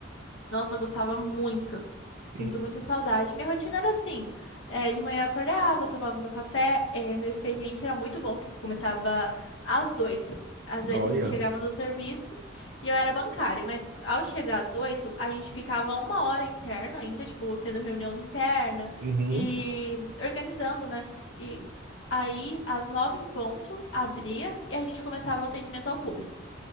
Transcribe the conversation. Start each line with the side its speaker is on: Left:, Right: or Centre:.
Left: Nossa, eu gostava muito. Eu Sinto
Right: Hum,
Left: muita saudade. Minha rotina era assim: é, de manhã eu acordava, tomava meu café. é, meu expediente era muito bom, porque começava às oito Às oito
Right: olha.
Left: a gente chegava no serviço e eu era bancário, mas ao chegar às 8 a gente ficava uma hora interno ainda, tipo, tendo reuniões interna
Right: Uhum,
Left: e organizando, né? E aí, às 9 em ponto, abria e a gente começava o atendimento ao público.